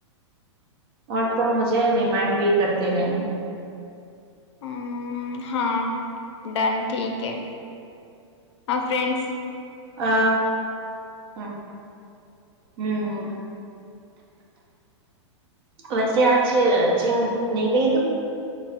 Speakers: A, on the right (about 50°); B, on the left (about 65°).
A: اور تم مجھے ریمائنڈ بھی کرتے رہنا
B: ہمممم ہاں ڈن ٹھیک ہے ہاں فرینڈز
A: آ ہمم ہمم ویسے آج جم نہیں گئی تم